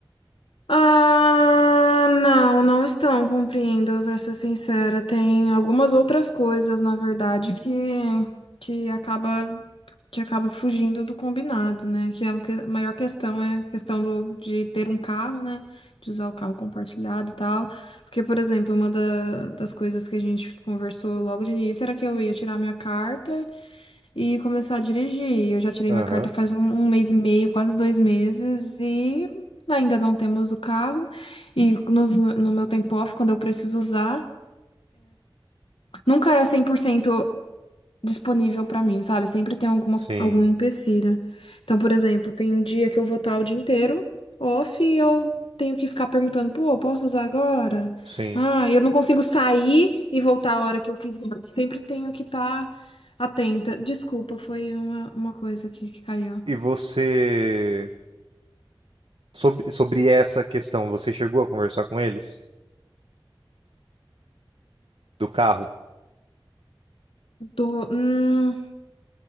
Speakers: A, on the left; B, on the right.
A: Ah, não, não estão cumprindo, pra ser sincera. Tem algumas outras coisas, na verdade, que, que acaba que acaba fugindo do combinado, né? Que a que- a maior questão é a questão do, de ter um carro, né? De usar o carro compartilhado e tal. Porque, por exemplo, uma da- das coisas que a gente conversou logo de início era que eu ia tirar minha carta e começar a dirigir. Eu já tirei
B: Aham.
A: minha carta faz um, um mês e meio, quase dois meses, e ainda não temos o carro. E nos- no meu tempo off, quando eu preciso usar, nunca é 100% disponível pra mim, sabe? Sempre tem alguma,
B: Sim,
A: algum empecilho. Então, por exemplo, tem um dia que eu vou estar o dia inteiro off e eu tenho que ficar perguntando, pô, posso usar agora?
B: sim.
A: Ah, e eu não consigo sair e voltar a hora que eu quiser. Sempre tenho que estar atenta. Desculpa, foi uma, uma coisa aqui que caiu.
B: E você, sobre, sobre essa questão, você chegou a conversar com eles? Do carro?
A: Tô, hum,